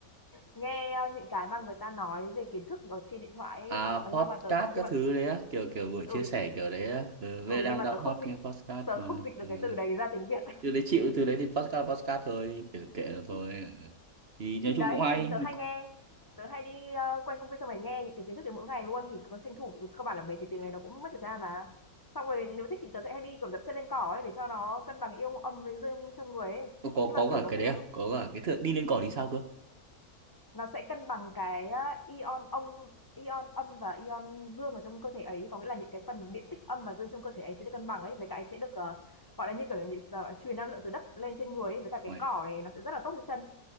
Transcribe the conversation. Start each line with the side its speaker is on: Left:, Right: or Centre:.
Left: nghe ờ, những cái mà người ta nói về kiến thức ở trên điện thoại ấy.
Right: à
Left: Ờ,
Right: podcast
Left: nhưng mà tớ nhưng
Right: các
Left: mà
Right: thứ đấy á kiểu kiểu buổi
Left: ừ,
Right: chia sẻ kiểu đấy á ừ,
Left: ừ
Right: bây giờ đang
Left: nhưng mà
Right: đang
Left: tớ không
Right: hot
Left: dịch
Right: nghe podcast
Left: tớ
Right: mà
Left: không dịch được
Right: ừ.
Left: cái từ đấy ra tiếng Việt
Right: từ đấy chịu từ đấy thì podcast podcast thôi kiểu kệ nó thôi
Left: <laughs>
Right: ừ. thì nói
Left: thì
Right: chung
Left: đấy
Right: cũng hay
Left: kiểu tớ hay nghe tớ hay đi ờ, quanh công viên xong rồi nghe những cái kiến thức đấy mỗi ngày luôn thì có tranh thủ cơ bản là mấy cái tiếng này nó cũng mất thời gian mà xong rồi nếu thích thì tớ sẽ hay đi kiểu dẫm chân lên cỏ ấy để cho nó cân bằng ion âm với dương trong người ấy
Right: có có,
Left: nhưng mà
Right: có
Left: kiểu
Right: cả
Left: nó
Right: cái
Left: cũng
Right: đấy à có cả cái thượng đi lên cỏ thì sao cơ
Left: nó sẽ cân bằng cái á, ion ông ion âm và ion dương ở trong cơ thể ấy có nghĩa là những cái phần điện tích âm và dương trong cơ thể ấy sẽ được cân bằng ấy với cả ấy sẽ được ờ, gọi là như kiểu như kiểu truyền năng lượng từ đất lên trên người ấy với cả cái
Right: Ôi,
Left: cỏ này nó sẽ rất là tốt cho chân